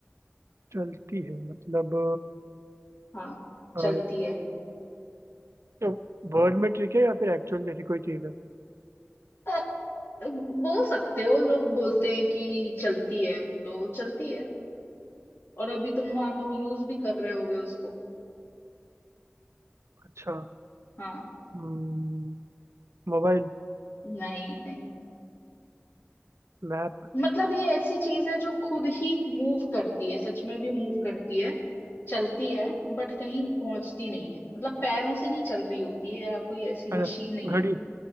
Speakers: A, on the right; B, on the left.
A: चलती है मतलब
B: हाँ
A: अ,
B: चलती है
A: तो वर्ड में ट्रिक है या फिर एक्चुअल जैसी कोई चीज है
B: अ, बोल सकते हो लोग बोलते हैं कि चलती है तो चलती है और अभी तुम मान लो यूज भी कर रहे होगे उसको
A: अच्छा
B: हाँ
A: हम्म, मोबाइल
B: नहीं नहीं
A: मैप
B: मतलब ये ऐसी चीज है जो खुद ही मूव करती है सच में भी मूव करती है चलती है बट कहीं पहुंचती नहीं है मतलब पैरों से नहीं चल रही होती है या कोई ऐसी
A: अच्छा
B: मशीन नहीं
A: घड़ी
B: है